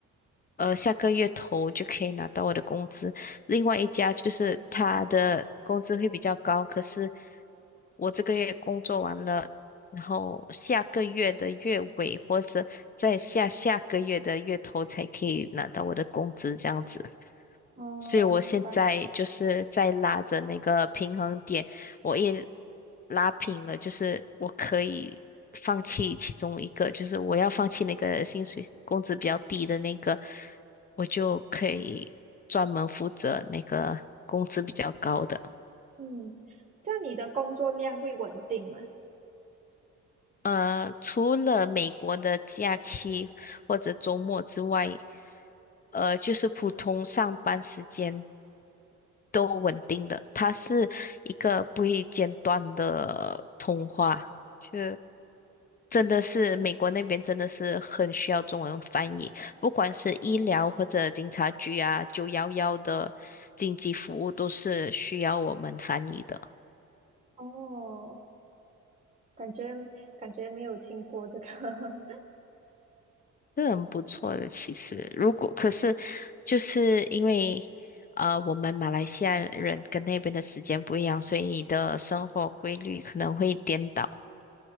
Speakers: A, on the left; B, on the right.
A: 呃，下个月头就可以拿到我的工资。另外一家就是他的工资会比较高，可是我这个月工作完了，然后下个月的月尾或者在下下个月的月头才可以拿到我的工资，这样子。
B: 哦，
A: 所以我现在就是在拉着那个平衡点，
B: 明白。
A: 我一拉平了，就是我可以放弃其中一个，就是我要放弃那个薪水工资比较低的那个，我就可以专门负责那个工资比较高的。
B: 嗯，这样你的工作量会稳定吗？
A: 呃，除了美国的假期或者周末之外，呃，就是普通上班时间都稳定的，它是一个不会间断的通话，就真的是美国那边真的是很需要中文翻译，不管是医疗或者警察局啊，九幺幺的紧急服务都是需要我们翻译的。
B: 哦，感觉感觉没有听过这个。<laughs>
A: 是很不错的，其实如果可是就是因为呃，我们马来西亚人跟那边的时间不一样，所以你的生活规律可能会颠倒。